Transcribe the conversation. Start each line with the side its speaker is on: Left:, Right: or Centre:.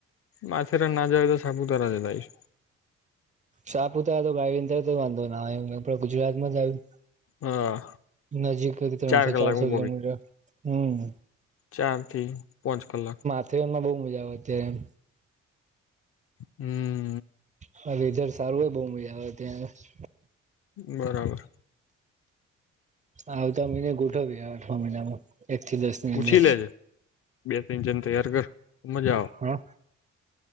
Left: માથેરાન ના જવાય તો સાપુતારા જવાય.
Right: સાપુતારા તો બાઈ અંદર તો વાંધો ના ગુજરાતમાં જ આવ્યું.
Left: હા
Right: નજીક ત્રણસો
Left: ચાર કલાકમાં
Right: ચારસો કિલોમીટર હમમ.
Left: ચારથી પાંચ કલાક
Right: ટ્રેન માં બો મજા આવે અત્યારે એમ.
Left: હમમ.
Right: હા વેેધર સારું હોય બો મજા આવે ત્યાં આગળ.
Left: બરાબર.
Right: આવતા મહિને ગોઠવ્યે આવતા મહિનામાં. એક થી દસ. ની
Left: પૂછી
Right: અંદર
Left: લેજે બે ત્રણ જણ તૈયાર કર મજા આવે.
Right: હા